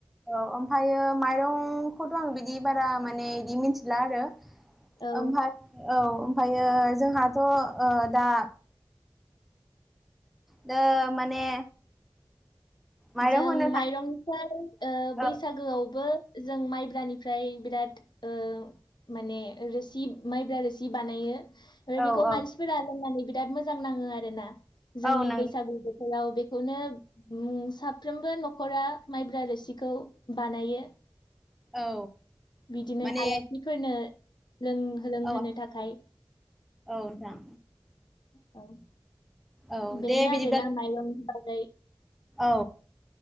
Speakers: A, in the centre; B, on the left.
A: औ ओमफायायो माइरंखौथ' आङो बिदि बारा माने इदि मिनथिला आरो
B: औ
A: ओमफाय औ ओमफायो जोंहाथ' ओ दा दा माने माइरं
B: जों
A: होनो
B: माइरंखौ
A: थां
B: ओ बैसागोआवबो
A: औ
B: जों माइब्रानिफ्राय बिराद ओ माने रोसि माइब्रा रोसि बानायो। आरो
A: औ
B: बेखौ
A: औ
B: मानसिफोरा लोंनानै बिराद मोजां नाङो आरोना जोंनि
A: औ नंगौ
B: बैसागु बोथोराव बे <unintelligible> साफ्रोमबो न'खरा माइब्रा रोसिखौ बानायो।
A: औ।
B: बिदिनो
A: माने
B: आलासिफोरनो लों-लोंहोनो
A: औ औ
B: थाखाय
A: नोंथां
B: <inaudible> औ
A: औ
B: बेनो
A: दे बिदिब्ला
B: आरोना माइरं <unintelligible>
A: औ